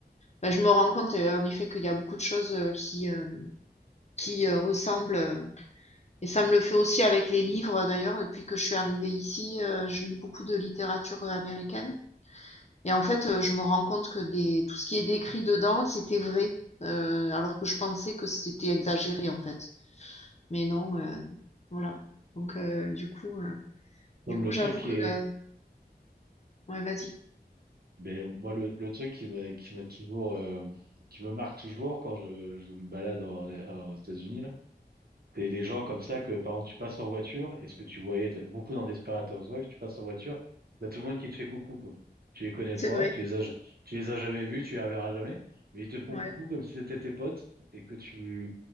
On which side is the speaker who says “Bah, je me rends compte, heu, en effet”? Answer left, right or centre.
Left